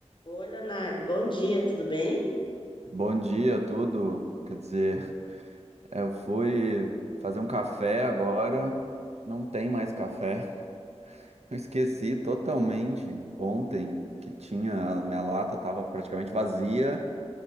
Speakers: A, on the left; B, on the right.
A: Oi, Leonardo, bom dia, tudo bem?
B: Bom dia a tudo. Quer dizer, é, eu fui fazer um café agora, não tem mais café. <laughs> Eu esqueci totalmente ontem que tinha, a minha lata estava praticamente vazia.